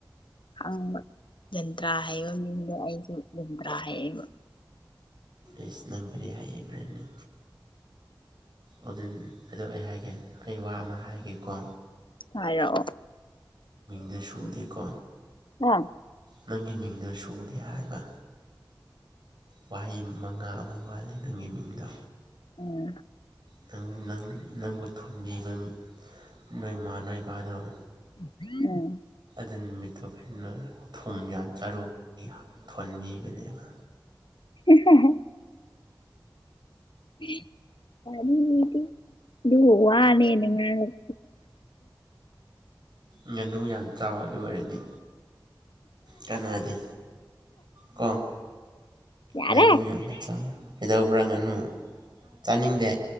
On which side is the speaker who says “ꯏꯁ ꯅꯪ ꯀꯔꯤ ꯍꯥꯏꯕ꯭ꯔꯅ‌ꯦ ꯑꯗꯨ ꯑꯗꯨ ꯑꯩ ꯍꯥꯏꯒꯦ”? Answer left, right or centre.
Right